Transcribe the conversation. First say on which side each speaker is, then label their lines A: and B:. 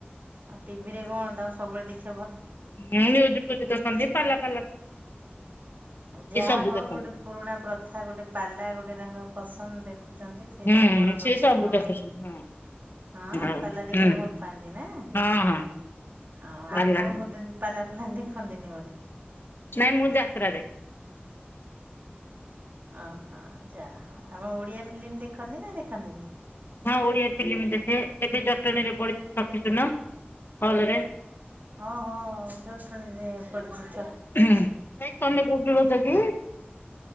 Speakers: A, on the right; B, on the left.
A: ଆଉ ଟିଭି ରେ କଣ ତାଙ୍କୁ ସବୁବେଳେ ଦେଖି
B: ହଁ ନ୍ୟୁଜ ପୁଜ ଦେଖନ୍ତି ପାଲା ଫାଲା
A: ଯାହା
B: ଏ ସବୁ
A: ହଉ
B: ଦେଖନ୍ତି।
A: ଗୋଟେ ପୁରୁଣା ପ୍ରଥା ଗୋଟେ ପାଲା ଗୋଟେ ତାଙ୍କର ପସନ୍ଦ ଦେଖୁଛନ୍ତି। ସେଇଟା
B: ହୁଁ
A: ଗୋଟେ ବଡ଼
B: ସିଏ
A: କଥା
B: ସବୁ
A: ହଁ
B: ଦେଖୁଛନ୍ତି ହଁ
A: ହଁ
B: ହଉ
A: ପାଲା ଦେଖିବାକୁ
B: ହୁଁ
A: ଭଲ ପାଆନ୍ତି ନା?
B: ହଁ ହଁ
A: ଆ
B: ପାଲା
A: ଆପଣ ବୋଧେ ପାଲା ଫାଲା ଦେଖନ୍ତିନି ବୋଧେ?
B: ନାଇଁ ମୁଁ ଯାତ୍ରା ଦେଖେ।
A: ଓହୋ ଯାହଉ ଆମ ଓଡିଆ ଫିଲ୍ମ ଦେଖନ୍ତି ନା ଦେଖନ୍ତିନି?
B: ହଁ ଓଡିଆ ଫିଲ୍ମ ଦେଖେ। ଏବେ ଜଟଣୀରେ ପଡିଛି କି ଛକି ଶୂନ। ହଲ ରେ।
A: ଓହୋ ଜଟଣୀରେ ପଡିଛି।
B: ନାଇଁ ତମେ କୋଉଠି ରହୁଛ କି?